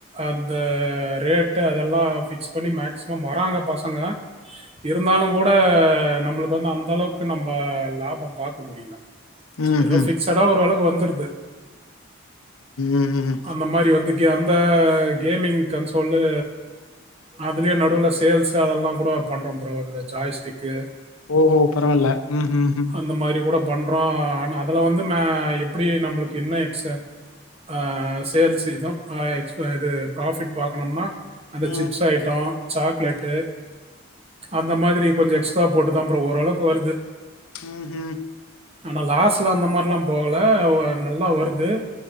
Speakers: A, on the right; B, on the left.
A: அந்த ரேட்டு அதெல்லா ஃபிக்ஸ் பண்ணி மேக்சிமம் வராங்க பசங்க இருந்தாலுங் கூட அ நம்புளுக்கு வந்து அந்தளவுக்கு நம்ப லாபோ பாக்க முடியில
B: ம்
A: ஏதோ
B: ம்
A: ஃபிக்சடா ஓரளவுக்கு வந்துருத்து
B: ம் ம்
A: அந்த மாரி வந்து கே அந்த கேமிங் கன்சோல்லு அதுலே நடுவல சேல்ஸ்ஸு அதெல்லாங் கூட பண்றோ ப்ரோ அந்த ஜாய்ஸ்டிக்கு
B: ஓஹோ பரவால்ல ம் ம் ம்
A: அந்த மாரி கூட பண்றோ ஆனா அதலா வந்து மே எப்பிடி நம்புளுக்கு என்ன எக்ஸ்ட்டா அ சேல்ஸ் இதூம் அ எக்ஸ் ப இத ப்ராஃபிட் பாக்கனும்னா அந்த
B: ம்
A: சிப்ஸ் ஐட்டோ சாக்லேட்டு அந்த மாதிரி கொஞ்சொ எக்ஸ்ட்ரா போட்டு தா ப்ரோ ஓரளவுக்கு வருது
B: ம் ஹூம்
A: ஆனா லாஸ்ல்ல அந்த மாரிலா போவ்ல வோ நல்லா வருது